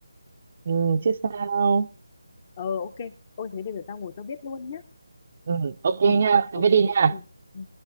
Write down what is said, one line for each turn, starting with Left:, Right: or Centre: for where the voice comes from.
Right: ừ, chứ sao
Left: Ờ, ok. Ôi thế bây giờ tao ngồi tao viết luôn nhá.
Right: ừ, ok
Left: Ừ,
Right: nha
Left: ok,
Right: cứ viết đi
Left: ok.
Right: nha
Left: Ừ.